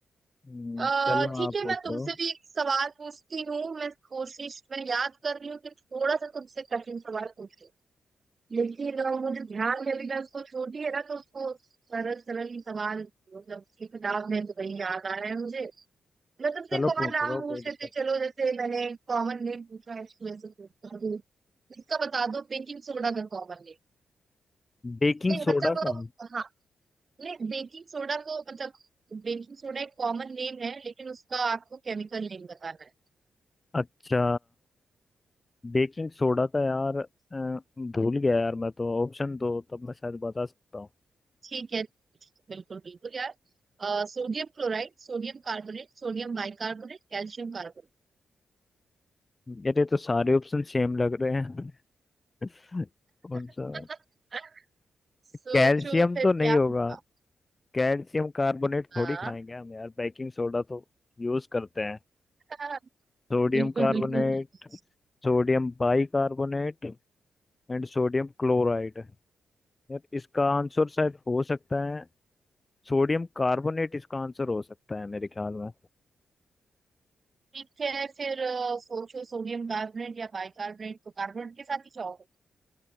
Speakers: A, on the left; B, on the right.
A: हम्म,
B: अः
A: चलो
B: ठीक
A: आप
B: है
A: पूछो
B: मैं तुमसे भी एक सवाल पूछती हूँ मैं कोशिश मैं याद कर रही हूँ कि थोड़ा सा तुमसे कठिन सवाल पूछूं लेकिन अ, मुझे ध्यान में अभी मैं उसको छोटी है ना तो उसको सरल सरल ही सवाल मतलब उसकी किताब में तो वही याद आ रहा है मुझे मैं तुमसे
A: चलो
B: कॉमन
A: पूछ
B: नाम
A: लो
B: पूछ
A: कोई दिक्कत
B: लेते चलो जैसे मैंने कॉमन नेम पूछा है ऐसे पूछता इसका बता दो बेकिंग सोडा का कॉमन नेम
A: बेकिंग
B: नहीं
A: सोडा
B: मतलब
A: का
B: हाँ नहीं बेकिंग सोडा को मतलब बेकिंग सोडा एक कॉमन नेम है लेकिन उसका आपको केमिकल नेम बताना है
A: अच्छा बेकिंग सोडा का यार अ, भूल गया यार मैं तो ऑप्शन दो तब मैं शायद बता सकता हूँ
B: ठीक है बिल्कुल बिल्कुल यार अ, Sodium chloride sodium carbonate sodium bicarbonate calcium carbonate
A: मेरे तो सारे ऑप्शन सेम लग रहे हैं <laughs> कौन
B: <laughs>
A: सा
B: सोचो
A: कैल्शियम
B: फिर
A: तो
B: क्या
A: नहीं होगा
B: होगा
A: कैल्शियम कार्बोनेट थोड़ी
B: हाँ
A: खाएंगे हम यार बेकिंग सोडा तो यूज करते हैं
B: हाँ,
A: Sodium
B: बिल्कुल
A: carbonate
B: बिल्कुल बिल्कुल।
A: sodium bicarbonate and sodium chloride यार इसका आंसर शायद हो सकता है सोडियम कार्बोनेट इसका आंसर हो सकता है मेरे ख्याल में
B: ठीक है फिर अ, सोचो सोडियम कार्बोनेट या बाइकार्बोनेट तो कार्बोनेट के साथ ही जाओ